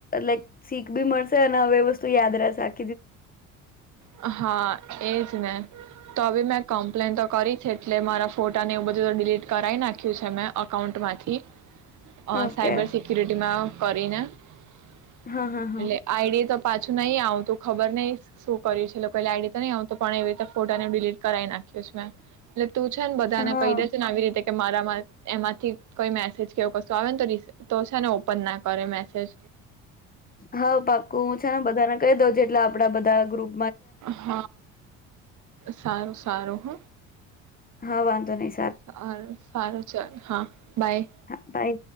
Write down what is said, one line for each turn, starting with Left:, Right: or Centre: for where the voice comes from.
Left: લાઈક શીખ બી મળશે અને હવે વસ્તુ યાદ રહેશે આ
Right: હા એ જ ને તો હવે મેં કમ્પ્લેન તો કરી છે. એટલે મારા ફોટાને એવું બધું તો ડિલીટ કરાઈ નાખ્યું છે મેં અકાઉન્ટમાંથી અ
Left: ઓકે
Right: સાયબર સિક્યુરિટીમાં કરી ને એટલે
Left: હા હા હા
Right: આઈડી તો પાછું નહીં આવતું ખબર નહિ શું કર્યું છે લોકો આઈડી તો નહીં તો પણ એવી રીતે ફોટાને ડિલીટ કરાઈ નાખ્યું છે મેં એટ તું છે ને બધાને
Left: હા
Right: કહી દેજે ને આવી રીતે કે મારામાં એમાંથી કંઇ મેસેજ કે એવું કશું આવે ને તો રીસીવ તો છે ને ઓપન ના કરે મેસેજ
Left: હા પાકુ હું છે ને બધાને કહી દઉં જેટલા આપણા બધાં ગ્રુપ
Right: હહ સારું સારું હ
Left: હા વાંધો નહીં
Right: સારું સારું ચલ હા બાય
Left: હા બાય